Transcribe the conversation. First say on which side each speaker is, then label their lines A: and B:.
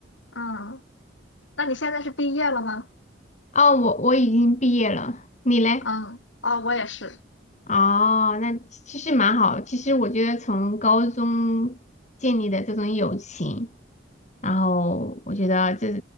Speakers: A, on the left; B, on the left.
A: 嗯，那你现在是毕业了吗？
B: 哦，我我已经毕业了，你嘞？
A: 嗯，哦，我也是。
B: 哦，那其实蛮好。其实我觉得从高中建立的这种友情，然后我觉得这